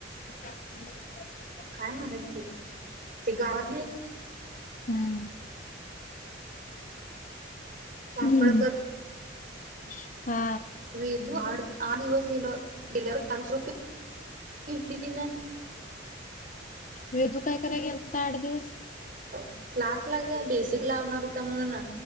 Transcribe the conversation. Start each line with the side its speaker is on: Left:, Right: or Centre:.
Left: ह. <unintelligible>
Right: काय म्हणत? <unintelligible> ते गावातले
Left: हम्म!
Right: सापडकर
Left: हम्म <unintelligible> हा.
Right: वेदू आठ आठ दिवस गेलो, गेल्यावर चारशे रुपये घेतली तिनं.
Left: वेदु काय कराय गेलता? आठ दिवस.
Right: क्लास ला ग बेसिक लावणार होता, म्हणून ना